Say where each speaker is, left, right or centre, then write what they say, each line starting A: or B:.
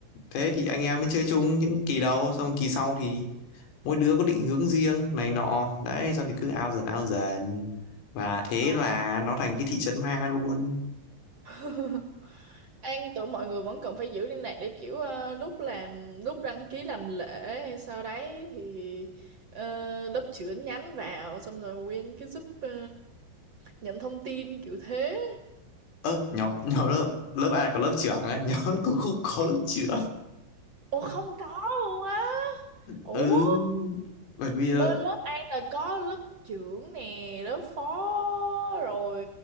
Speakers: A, on the left; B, on the right.
A: thế thì anh em mới chơi chung những kỳ đầu xong kỳ sau thì mỗi đứa có định hướng riêng này nọ đấy xong thì cứ ao dần ao dần và thế
B: ờ
A: là nó thành cái thị trấn ma luôn
B: <laughs> An tưởng mọi người vẫn cần phải giữ liên lạc để kiểu ờ, lúc làm lúc đăng ký làm lễ hay sau đấy thì ờ, lớp trưởng nhắn vào xong rồi nguyên cái giúp ờ, nhận thông tin kiểu thế.
A: ơ nhóm nhóm lớp lớp A có lớp trưởng ấy <laughs> nhóm lớp tôi không có lớp trưởng
B: Ủa không có luôn á. Ủa
A: ừ bởi vì là
B: bên lớp An là có lớp trưởng nè, lớp phó rồi